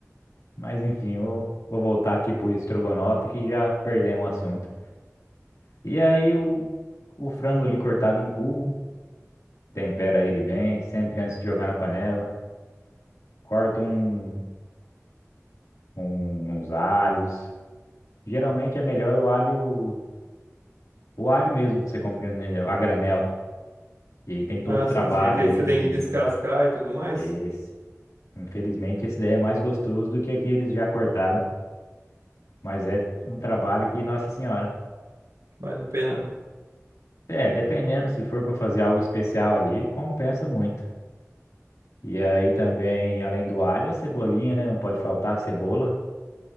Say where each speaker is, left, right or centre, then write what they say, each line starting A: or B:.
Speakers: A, on the left; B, on the right.
A: Mas enfim, eu vou voltar aqui pro estrogonofe que já perdemos o assunto. E aí o, o frango ali cortado em cubo, tempera ele bem, sempre antes de jogar na panela, corta um, um- uns alhos. Geralmente é melhor o alho, o alho mesmo que você compra grane- a granel. E aí tem todo
B: Ah,
A: o trabalho
B: sim, sim. Aquele
A: aí
B: você tem
A: de
B: que descascar e tudo mais.
A: esse. Infelizmente, esse daí é mais gostoso do que aqueles já cortados. Mas é um trabalho que, nossa senhora.
B: Vale a pena.
A: É, dependendo, se for para fazer algo especial ali, compensa muito. E aí também, além do alho, a cebolinha, né? Não pode faltar a cebola.